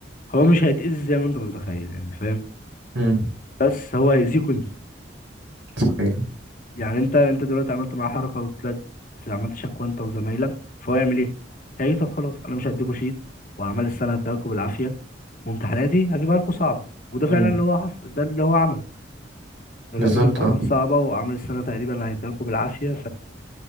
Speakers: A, on the left; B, on the right.
A: هو مش هيتأذي زي ما انت متخيل يعني فاهم
B: امم
A: بس هو هيأذيك انت
B: صحيح
A: يعني انت انت دلوقتي عملت معاه حركه وطلعت عملت شكوى انت وزمايلك فهو يعمل ايه؟ هيجي طب خلاص انا مش هديكوا شيت واعمال السنه هديها لكم بالعافيه وامتحاناتي هجيبها لكم صعبه وده فعلا
B: امم
A: اللي هو حصل ده اللي هو عمل ده
B: بالظبط
A: جاب لكم امتحانات
B: اه
A: صعبه واعمال السنه تقريبا هيديها لكم بالعافيه